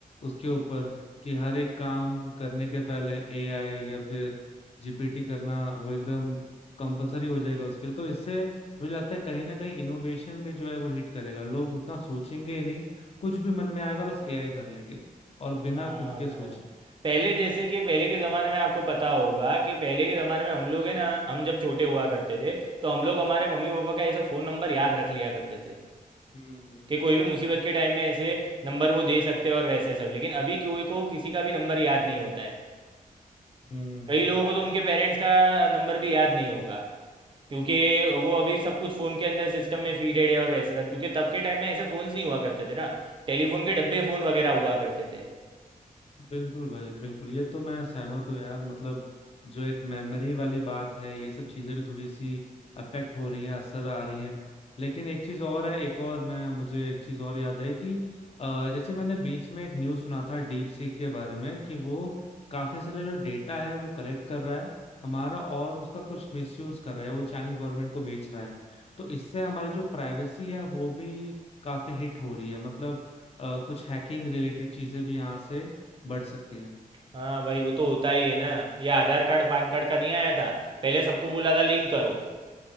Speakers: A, on the left; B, on the right.
A: उसके ऊपर कि हर एक काम करने के पहले एआई या फिर जीपीटी करना वो एकदम कंपलसरी हो जाएगा उसके लिए तो इससे मुझे लगता है कहीं ना कहीं इनोवेशन भी जो है वो हिट करेगा लोग उतना सोचेंगे ही नहीं कुछ भी मन में आएगा बस एआई कर लेंगे और बिना
B: हाँ
A: खुद के
B: भाई
A: सोचे
B: पहले जैसे कि पहले के ज़माने में आपको पता होगा कि पहले के ज़माने में हम लोग है ना हम जब छोटे हुआ करते थे तो हम लोग हमारे मम्मी पापा का ऐसे फ़ोन नंबर याद रख लिया करते थे
A: हम्म
B: कि कोई भी मुसीबत के टाइम में ऐसे नंबर वो दे सकते हैं और वैसे सब लेकिन अभी कोई को किसी का भी नंबर याद नहीं होता है
A: हम्म
B: कई लोगों को तो उनके पेरेंट्स का नंबर भी याद नहीं होगा क्योंकि वो अभी सब कुछ फ़ोन के अंदर सिस्टम में फीडेड है और वैसे सब क्योंकि तब के टाइम में ऐसे फ़ोन्स नहीं हुआ करते थे ना टेलीफोन के डब्बे फ़ोन वगैरह हुआ करते थे
A: बिल्कुल भाई बिल्कुल ये तो मैं सहमत हूँ यार मतलब जो एक मेमोरी वाली बात है ये सब चीजें भी थोड़ी सी अफेक्ट हो रही है असर आ रही है लेकिन एक चीज और है एक और मैं मुझे एक चीज और याद आई कि अ, जैसे मैंने बीच में एक न्यूज सुना था डीप सीक के बारे में कि वो काफी सारे जो डेटा है वो कलेक्ट कर रहा है हमारा और उसका कुछ मिसयूज कर रहा है वो चाइनीज गवर्नमेंट को बेच रहा है तो इससे हमारी जो प्राइवेसी है वो भी काफी हिट हो रही है मतलब अ, कुछ हैकिंग रिलेटेड चीजें भी यहाँ से बढ़ सकती हैं
B: हाँ भाई वो तो होता ही है ना ये आधार कार्ड पान कार्ड का नहीं आया था पहले सबको बोला था लिंक करो